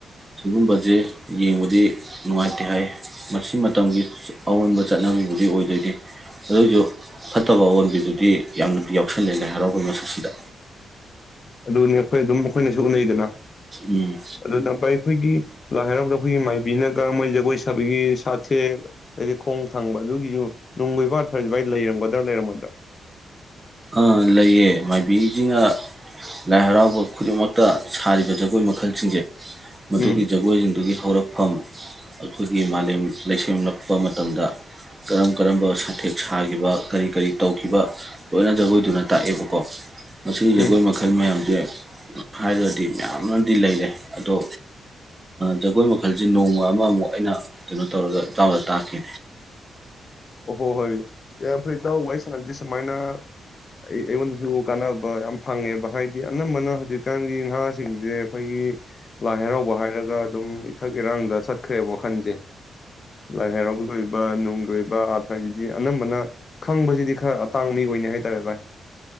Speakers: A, on the right; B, on the left.
A: ꯁꯤꯒꯨꯝꯕꯁꯦ ꯌꯦꯡꯕꯗꯤ ꯅꯨꯡꯉꯥꯏꯇꯦ ꯍꯥꯏ ꯃꯁꯤ ꯃꯇꯝꯒꯤ ꯑꯑꯣꯟꯕ ꯆꯠꯅꯕꯤꯕꯨꯗꯤ ꯑꯣꯏꯗꯣꯏꯅꯤ ꯑꯗꯨꯑꯣꯏꯁꯨ ꯐꯠꯇꯕ ꯑꯑꯣꯟꯕꯤꯗꯨꯗꯤ ꯌꯥꯝꯅ ꯌꯥꯎꯁꯜꯂꯦ ꯅꯦ ꯍꯔꯥꯎꯕꯩ ꯃꯁꯛꯁꯤꯗ
B: ꯑꯗꯨꯅꯤ ꯑꯩꯈꯣꯏ ꯑꯗꯨꯝ ꯑꯩꯈꯣꯏꯅꯁꯨ ꯎꯅꯩꯗꯅ
A: ꯎꯝ
B: ꯑꯗꯨꯅ ꯑꯩꯈꯣꯏꯒꯤ ꯂꯥꯏ ꯍꯔꯥꯎꯕꯗ ꯑꯩꯈꯣꯏꯒꯤ ꯃꯥꯏꯕꯤꯅꯒ ꯃꯣꯏ ꯖꯒꯣꯏ ꯁꯥꯕꯤꯒꯤ ꯁꯥꯊꯦꯛ ꯑꯩ ꯈꯣꯡ ꯊꯪꯕ ꯑꯗꯨꯒꯤꯁꯨ ꯅꯅꯨꯡꯃ ꯏꯕꯥ ꯐꯔꯁꯨ ꯚꯥꯏ ꯂꯩꯔꯝꯒꯗ꯭ꯔꯥ ꯃꯣꯏꯗ
A: ꯑꯥ ꯂꯩꯌꯦ ꯃꯥꯏꯕꯤꯁꯤꯡꯅ ꯂꯥꯏ ꯍꯔꯥꯎꯕ ꯈꯨꯗꯤꯡꯃꯛ ꯇ ꯁꯥꯔꯤꯕ ꯖꯒꯣꯏ ꯃꯈꯜꯁꯤꯡꯁꯦ ꯃꯗꯨꯒꯤ
B: ꯎꯝ
A: ꯖꯒꯣꯏꯁꯤꯡꯗꯨꯒꯤ ꯍꯧꯔꯛꯐꯝ ꯑꯩꯈꯣꯏꯒꯤ ꯃꯥꯂꯦꯝ ꯂꯩꯁꯦꯝꯂꯛꯄ ꯃꯇꯝꯗ ꯀꯔꯝ ꯀꯔꯝꯕ ꯁꯥꯊꯦꯛ ꯁꯥꯈꯤꯕ ꯀꯔꯤ ꯀꯔꯤ ꯇꯧꯈꯤꯕ ꯂꯣꯏꯅ ꯖꯒꯣꯏꯗꯨꯅ ꯇꯥꯛꯑꯦꯕꯀꯣ ꯃꯁꯤ ꯖꯒꯣꯏ
B: ꯎꯝ
A: ꯃꯈꯜ ꯃꯌꯥꯝꯁꯦ ꯍꯥꯏꯔꯒꯗꯤ ꯃꯌꯥꯝꯃꯗꯤ ꯂꯩꯔꯦ ꯑꯗꯣ ꯖꯒꯣꯏ ꯃꯈꯜꯁꯦ ꯅꯣꯡꯃ ꯑꯃꯃꯨꯛ ꯑꯩꯅ ꯀꯩꯅꯣ ꯇꯧꯔꯒ ꯏꯇꯥꯎꯗ ꯇꯥꯛꯀꯦ
B: ꯑꯣ ꯍꯣ ꯍꯣꯏ ꯌꯥꯝ ꯐꯩ ꯏꯇꯥꯎ ꯋꯥꯔꯤ ꯁꯥꯅꯕꯁꯦ ꯁꯨꯃꯥꯏꯅ ꯑꯩꯉꯣꯟꯗꯁꯨ ꯀꯥꯅꯕ ꯌꯥꯝ ꯐꯪꯉꯦꯕ ꯍꯥꯏꯗꯤ ꯑꯅꯝꯕꯅ ꯍꯧꯖꯤꯛꯀꯥꯟꯒꯤ ꯅꯍꯥꯁꯤꯡꯁꯦ ꯑꯩꯈꯣꯏꯒꯤ ꯂꯥꯏ ꯍꯔꯥꯎꯕ ꯍꯥꯏꯔꯒ ꯑꯗꯨꯝ ꯏꯊꯛ ꯏꯔꯥꯡꯗ ꯆꯠꯈ꯭ꯔꯦꯕ ꯋꯥꯈꯜꯁꯦ ꯂꯥꯏ ꯍꯔꯥꯎꯕꯒꯤ ꯑꯣꯏꯕ ꯅꯨꯡꯒꯤ ꯑꯣꯏꯕ ꯍꯥꯏꯗꯤ ꯑꯅꯝꯕꯅ ꯈꯪꯕꯁꯤꯗꯤ ꯈꯔ ꯑꯇꯥꯡꯕ ꯃꯤ ꯑꯣꯏꯅꯅꯤ ꯍꯥꯏꯇꯥꯔꯦ ꯚꯥꯏ